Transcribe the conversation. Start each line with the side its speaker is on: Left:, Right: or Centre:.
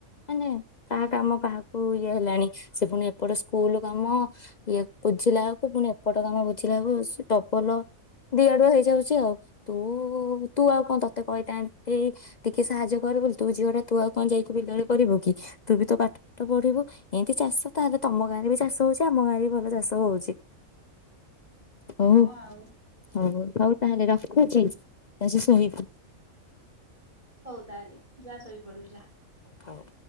Left: ମାନେ କାହା କାମ କାହାକୁ ଇଏ ହେଲାଣି ସେ ପୁଣି ଏପଟ ସ୍କୁଲ କାମ ଇଏ ବୁଝିଲା ବେକୁ ପୁଣି ଏପଟ କାମ ବୁଝିଲା ବେକୁ ଟବଲ ଦିଆଡୁ ହେଇଯାଉଚି ଆଉ ତୁ ତୁ ଆଉ କଣ ତତେ କହିଥାନ୍ତି ଟିକେ ସାହାଯ୍ୟ କର ବୋଲି ତୁ ଝିଅ ଟା ତୁ ଆଉ କଣ ଯାଇକି ବିଲରେ କରିବୁ କି ତୁ ବି ତୋ ପାଠ ପାଠ ପଢିବୁ ଏମିତି ଚାଷ ତାହେଲେ ତମ ଗାଁରେ ବି ଚାଷ ହଉଚି ଆମ ଗାଁରେ ବି ଭଲ ଚାଷ ହଉଚି।
Right: ହଁ
Left: ହଉ
Right: ଆଉ
Left: ହଉ ହଉ ତାହେଲେ ରଖୁଚି ଆ ସେ ଶୋଇବୁ।
Right: ହଉ ତାହେଲେ ଯା ଶୋଇପଡିବୁ ଯା।
Left: ହଉ।